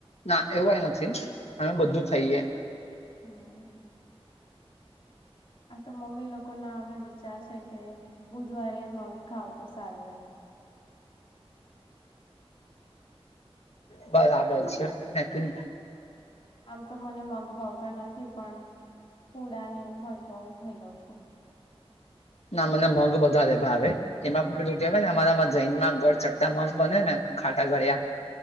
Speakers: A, on the left; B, on the left.
A: ના એવું એ નથી અમે બધું ખાઈએ
B: હં. આ તો મમ્મી લોકો ના હ વિચાર છે કે બુધવારે મગ ખાવ તો સારું એમ
A: બસ આ બત છે ન
B: આમ તો મને મગ ભાવતા નથી પણ પુડા ને એવું હોય તો હું ખાઈ લઉં છું
A: ના મને મગ બધા ભાવે એમાં પણ પેલુ કેહેવાય ને અમારામાં જૈનમાં ગળચટ્ટા મગ બને ને ખાટા ગળ્યા